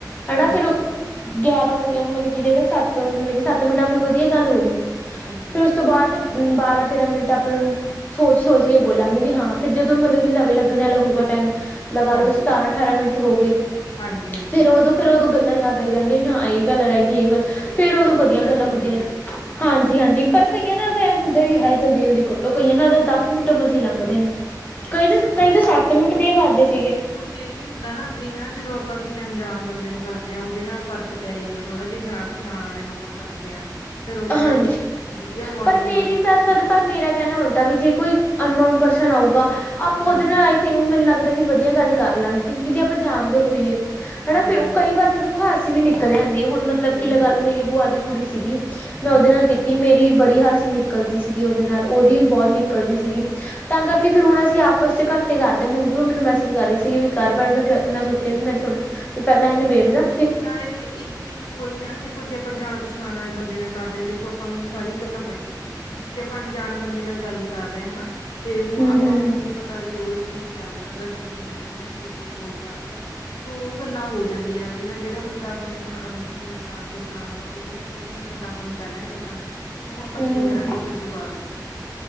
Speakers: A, on the left; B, on the left.
A: ਹਣਾ
B: ਹਾਂਜੀ
A: ਫਿਰ ਗਿਆਰਾਂ ਵਜੇ, ਮਤਲਬ ਕਿ ਜਿਹੜਾ ਸੱਤ, ਮਤਲਬ ਕਿ ਸੱਤ ਮਿੰਟ ਅਪਣੀ ਵਧੀਆ ਗੱਲ ਹੋਗੀ।
B: ਹਾਂਜੀ
A: ਫੇਰ
B: ਹਾਂਜੀ ਹਾਂਜੀ
A: ਉਸ ਤੋਂ ਬਾਦ ਬਾਰਾਂ ਤੇਰਾਂ ਮਿੰਟ ਆਪਾਂ ਸੋਚ-ਸੋਚ ਕੇ ਬੋਲਾਂਗੇ ਵੀ ਹਾਂ ਫੇਰ ਜਦੋਂ ਮਤਲਬ ਕਿ ਲਵੇ ਲੱਗਣ ਵਾਲਾ ਹੋਊਗਾ ਟੈਮ ਲਗਾ
B: ਹਾਂਜੀ
A: ਲੋ ਸਤਾਰਾਂ ਅਠਾਰਾਂ ਮਿੰਟ ਹੋ ਗਏ
B: ਹਾਂਜੀ ਹਾਂਜੀ
A: ਫੇਰ ਉਦੋਂ ਫੇਰ ਉਦੋਂ ਗੱਲਾਂ ਯਾਦ ਆਈ ਜਾਨਗੀਆਂ ਵੀ ਹਾਂ ਏ ਗੱਲ ਰੈ ਗਈ ਏ ਗੱਲ
B: ਸਹੀ
A: ਫੇਰ
B: ਗੱਲ
A: ਉਦੋਂ
B: ਹੈ
A: ਵਧੀਆ
B: ਹੁੰਦਾ
A: ਗੱਲਾਂ
B: ਕਈਆਂ
A: ਹੁੰਦੀਆਂ
B: ਦੇ
A: ਨੇ,
B: ਨਾਲ ਹੁੰਦਾ
A: ਹਾਂਜੀ-ਹਾਂਜੀ
B: ਕਈਆਂ ਦੇ
A: ਪਰ ਕਈਆਂ
B: ਇਵੇਂ
A: ਨਾਲ ਤੇ ਐ ਹੁੰਦਾ ਵੀ ਹਏ ਜਲਦੀ-ਜਲਦੀ ਘਟੋ ਕਈਆਂ ਨਾਲ ਤਾਂ ਦਸ ਮਿੰਟ ਮਸੀ ਲੰਘਦੇ ਨੇ,
B: ਸਹੀ
A: ਕਈ ਤਾਂ ਕਈ ਤਾਂ ਸੱਤ ਮਿੰਟ ਦੀ ਕਰਦੇ ਸੀਗੇ।
B: ਕੁੱਛ ਏ ਵੀ ਹੁੰਦਾ ਨਾ ਵੀ ਹਨਾ ਜਦੋਂ ਆਪਾਂ ਕਿਸੇ ਅਨਜਾਨ ਬੰਦੇ ਨੂੰ ਕਰਦੇ ਆਂ ਉਦੇ ਨਾਲ ਫ਼ਰਕ ਪੈ ਜਾਂਦਾ ਥੋੜ੍ਹਾ ਜੇ ਜਾਨ ਪਛਾਣ ਵਾਲੇ ਨੂੰ ਆਪਾਂ ਕਰਦੇ ਆਂ, ਫੇਰ ਉਦੇ ਨਾਲ
A: ਹਾਂਜੀ
B: ਵਧੀਆ ਬੋਂਡਿੰਗ
A: ਪਰ ਮੇਰੀ
B: ਬਨੀ ਹੁੰਦੀ
A: ਮੈਂ
B: ਆ।
A: ਪਰ ਮੇਰਾ ਕੈਨਾ ਉਲਟਾ ਵੀ ਜੇ ਕੋਈ ਅਨਨੋਨ ਪਰਸਨ ਆਊਗਾ ਆਪਾਂ
B: ਹਾਂਜੀ
A: ਉਦੇ ਨਾਲ ਮੈਨੂੰ ਲੱਗਦਾ ਵੀ ਵਧੀਆ ਗੱਲ ਕਰ ਲਾਂਗੇ ਕਿਉਂਕਿ ਜੇ ਆਪਾਂ ਜਾਨਦੇ ਹੋਈਏ, ਹਨਾ
B: ਹਾਂਜੀ-ਹਾਂਜੀ,
A: ਫੇਰ ਕਈ ਵਾਰ ਤੇ ਦੇਖੋ ਹਸੀ ਵੀ ਨਿਕਲ ਜਾਂਦੀਏ ਹੁਨ, ਮਤਲਬ
B: ਸਹੀ
A: ਕੀ ਲਗਾ
B: ਗੱਲ
A: ਲੋ
B: ਐ,
A: ਮੇਰੀ ਬੂਆ ਦੀ ਕੁੜੀ ਸੀਗੀ ਮੈਂ
B: ਹਾਂਜੀ,
A: ਉਦੇ ਨਾਲ ਕੀਤੀ ਤ ਮੇਰੀ ਬੜੀ ਹਸੀ ਨਿਕਲਦੀ ਸੀਗੀ ਉਦੇ ਨਾਲ ਉਦੀ ਵੀ ਬੋਤ ਨਿਕਲਦੀ ਸੀਗੀ। ਤਾਂ ਕਰਕੇ
B: ਅੱਛਾ-ਅੱਛਾ
A: ਫੇਰ ਹੁਨ ਅਸੀਂ ਆਪਸ 'ਚ ਘੱਟੇ ਕਰਦੇ ਹਾਂ ਹੁਨ ਵੀ ਉ ਮੈਨੂੰ ਮੈਸੇਜ ਕਰ ਰਈ ਸੀ ਵੀ ਕਰ ਮੈਂ ਕ ਮੈਂ ਸੋਚਿਆ
B: ਓਕੇ।
A: ਵੀ ਮੈਂ ਥੋੜਾ ਪੈਲਾਂ ਐ ਨਬੇੜਦਾ।
B: ਨਾਲੇ ਇੱਕ ਚੀਜ਼ ਹੋਰ ਵੀ ਏ ਨਾ ਦੇਖੋ ਜੇ ਆਪਾਂ ਜਾਨ ਪਛਾਨ ਵਾਲੇ ਬੰਦੇ ਨਾਲ ਕਰਦੇ ਆਂ, ਦੇਖੋ ਆਪਾਂ ਨੂੰ ਸਾਰੀਆਂ ਗੱਲਾਂ ਪਤਾ ਹੁੰਦੀਆਂ। ਨੇ ਹੁਨ ਜੇ ਆਪਾਂ ਅਨਜਾਨ ਬੰਦੇ ਨਾਲ ਗੱਲ ਕਰ ਰਏ ਹਨਾ ਤੇ ਹੁਣ
A: ਹਮ
B: ਆਪਾਂ
A: ਹਮ
B: ਨੂੰ ਨੀ ਪ ਤਾ ਵੀ ਉਦਾ ਕੀ ਚੱਲ ਰਿਆ ਉਦਾ ਕੀ ਨਹੀਂ ਹਨਾ ਕੀ ਕੁਛ ਉ ਕਰ ਰਿਆ ਦੋ ਗੱਲਾਂ ਹੋ ਜਾਂਦੀਆਂ ਨੇ ਉਦੇ ਨਾਲ। ਜੇੜਾ ਬੰਦਾ ਆਪਣੇ ਮਤਲਬ ਜਾਣ ਪਛਾਣ ਦਾ ਉਦੇ ਨਾਲ ਜੇੜੀਆਂ ਗੱਲਾਂ ਆਪਾਂ ਨੂੰ ਪੈਲਾਂ ਈ ਪਤਾ ਨੇ ਉ ਆਪਾਂ
A: ਹਮ ਹਮ
B: ਕੀ ਕਰਾਂਗੇ
A: ਹਮ
B: ਫੇਰ ਦੁਬਾਰਾ ਤੋਂ ਹਨਾ।